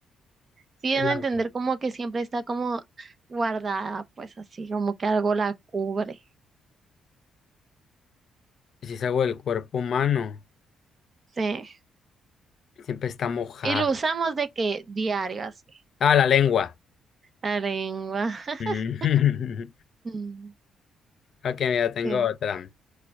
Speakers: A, on the right (about 40°); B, on the left (about 60°).
A: Sí,
B: El
A: dan a
B: agua.
A: entender como que siempre está como guardada, pues así, como que algo la cubre.
B: Si es algo del cuerpo humano,
A: Sí.
B: siempre está mojada.
A: Y lo usamos de que diario así.
B: Ah, la lengua.
A: La lengua. <laughs>
B: Mm. <laughs>
A: Mm,
B: Ok, mira, tengo
A: Sí.
B: otra.